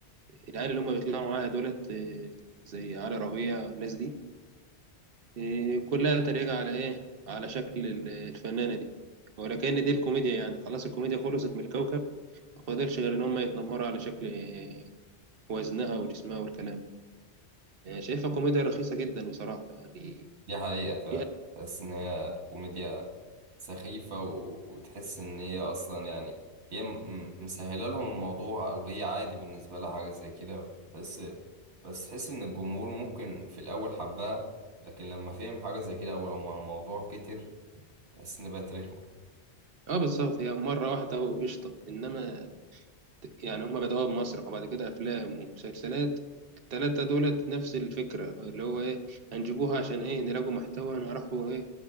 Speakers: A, on the right; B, on the right.
A: العيال اللي هم بيطلعوا معاها دولت آه، زي علي ربيع والناس دي آه، كلها تريقة على إيه على شكل ال- الفنانة دي ولكن دي الكوميديا يعني خلاص الكوميديا خلصت من الكوكب ما فاضلش غير إن هم يتنمروا على شكل آه، وزنها وجسمها والكلام ده يعني شايفها كوميديا رخيصة جدا بصراحة يعني
B: دي حقيقة فعلا
A: هي-
B: تحس إن هي كوميديا سخيفة و... وتحس إن هي أصلا يعني هي م... م- مسهلة لهم الموضوع أو هي عادي بالنسبة لها حاجة زي كده تحس بس تحس إن الجمهور ممكن في الأول حبها لكن لما فهم حاجة زي كده أو لما الموضوع كتر تحس إن بقت رخمة
A: اه بالظبط هي مرة واحدة وقشطة إنما يعني هما بدأوها بمسرح وبعد كده أفلام ومسلسلات التلاتة دولت نفس الفكرة اللي هو إيه هنجيبوها عشان إيه نراجعوا محتوى نعرفوا إيه